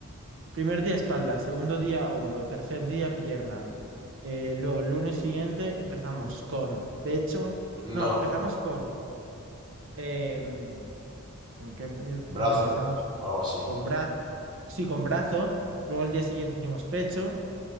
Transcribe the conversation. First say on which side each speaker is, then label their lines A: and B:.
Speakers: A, on the right (about 60°); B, on the right (about 20°).
A: Primer día espalda, segundo día hombro, tercer día pierna. Eh, luego, lunes siguiente empezamos con pecho.
B: No,
A: No, empezamos con... em, ¿con qué,
B: brazo
A: con qué empezamos?
B: o algo así.
A: Con brazo. Sí, con brazo. Luego el día siguiente hicimos pecho.